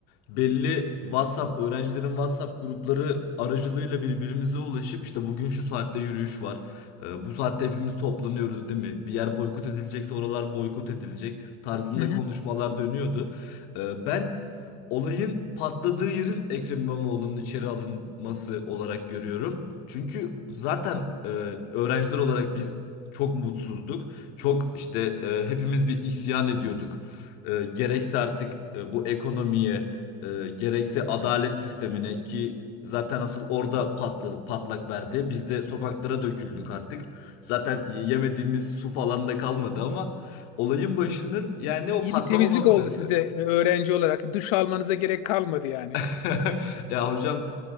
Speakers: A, on the left (about 55°); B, on the left (about 75°).
A: belli WhatsApp, öğrencilerin WhatsApp grupları aracılığıyla birbirimize ulaşıp işte bugün şu saatte yürüyüş var. E, Bu saatte hepimiz toplanıyoruz değil mi? Bir yer boykot edilecekse oralar boykot edilecek tarzında
B: Hı hı.
A: konuşmalar dönüyordu. E, Ben olayın patladığı yerin Ekrem İmamoğlu'nun içeri alınması olarak görüyorum. Çünkü zaten e, öğrenciler olarak biz çok mutsuzduk. Çok işte e, hepimiz bir isyan ediyorduk. E, gerekse artık e, bu ekonomiye, e, gerekse adalet sistemine ki zaten asıl orada patladı, patlak verdi. Biz de sokaklara döküldük artık. Zaten yemediğimiz su falan da kalmadı ama olayın başının yani o
B: İyi
A: patlama
B: bir temizlik
A: noktası.
B: oldu size e, öğrenci olarak. Duş almanıza gerek kalmadı yani.
A: <laughs> Ya hocam